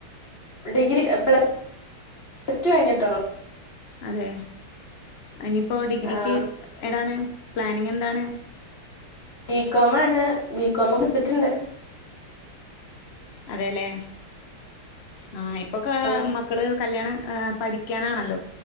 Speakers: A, on the left (about 25°); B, on the left (about 80°).
A: ഡിഗ്രി പ്ല സ് ടു കഴിഞ്ഞിട്ടൊള്ളു.
B: അതെ ഇനിയിപ്പോ ഡിഗ്രിക്ക്
A: ആഹ്
B: ഏതാണ് പ്ലാനിങ് എന്താണ്.
A: ബികോം ആണ് ബികോം എടുത്തിട്ടുണ്ട്.
B: അതെല്ലേ ആഹ് ഇപ്പൊ കൊറച്ച്
A: ആഹ്.
B: മക്കൾ കല്യാണ് എ പഠിക്കാനാണല്ലോ